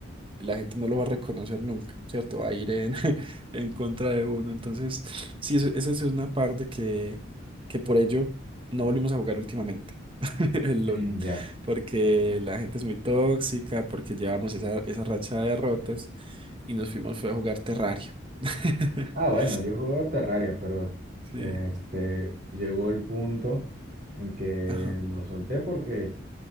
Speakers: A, on the right; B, on the right.
A: la gente no lo va a reconocer nunca, ¿cierto? Va a ir en, <laughs> en contra de uno. Entonces, sí, eso- esa es una parte que, que por ello no volvimos a jugar últimamente, <laughs> el
B: Mm,
A: LOL,
B: ya.
A: porque la gente es muy tóxica, porque llevamos esa, esa racha de derrotas y nos fuimos fue a jugar Terraria. <laughs>
B: Ah, bueno, yo jugué Terraria, pero
A: Sí,
B: este, llegó el punto en que
A: ajá.
B: lo solté porque,